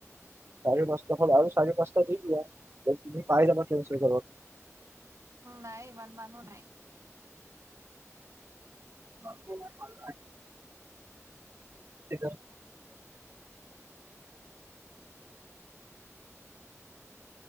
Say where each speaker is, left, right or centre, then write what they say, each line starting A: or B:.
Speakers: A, on the right (about 50°); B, on the right (about 65°).
A: চাৰি পাঁচটা হল আৰু চাৰি পাঁচটা দি দিয়া তুমি পাই যাবা ট্ৰেনচিলেৰত
B: নাই ইমান মানো নাই
A: ব ভাল তে